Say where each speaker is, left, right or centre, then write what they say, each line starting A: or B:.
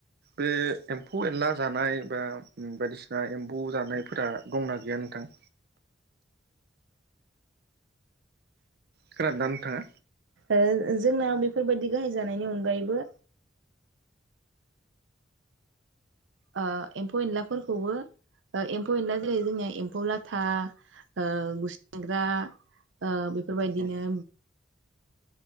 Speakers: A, on the right (about 55°); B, on the right (about 85°).
A: बे एम्फौ एनला जानाय बा उम बायदिसिना एम्बु जानायफोरा गंना गैया नोंथां? खोनादोंदा नोंथाङा?
B: ओ जोंनाव बेफोरबायदि गाहाय जानायनि अनगायैबो ओ एम्फौ एनलाफोरखौबो ओ एम्फौ एनला जेरै जोंनिया एम्फौ लाथा ओ गुसेंग्रा ओ बेफोरबायदिनो
A: औ